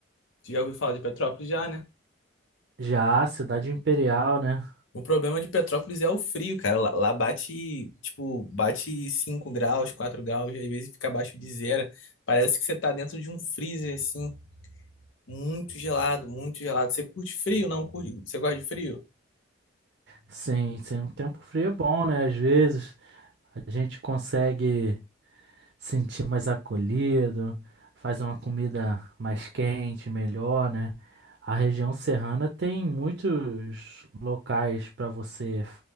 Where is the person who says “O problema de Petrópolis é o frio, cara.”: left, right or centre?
Left